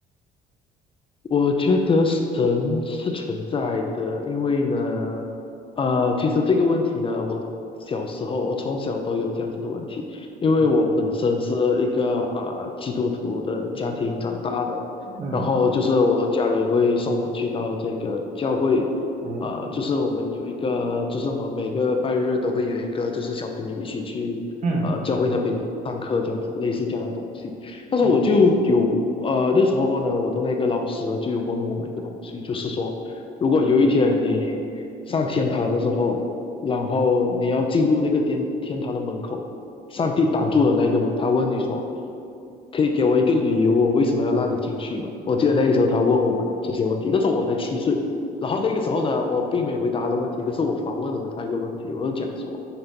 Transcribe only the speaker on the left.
我觉得神是存在的，因为呢，呃，其实这个问题呢，我小时候，我从小都有这样子的问题，因为我本身是一个啊呃基督徒的家庭长大的，
然后就是我家人会送我去到这个教会，
呃，就是我们有一个，就是我们每个拜日都会有一个，就是小朋友一起去，
呃，教会那边有上课这样子，类似这样的东西。那时候我就有呃，
那时候呢，我的那个老师呢就有问我们一个东西，就是说，如果有一天你上天堂的时候，然后你要进入那个天天堂的门口，上帝挡住了那个门，他问你说，可以给我一个理由，我为什么要让你进去吗？我记得那个时候他问我们这些问题，那时候我才七岁，然后那个时候呢，我并没有回答他的问题，可是我反问了他一个问题，我就讲说。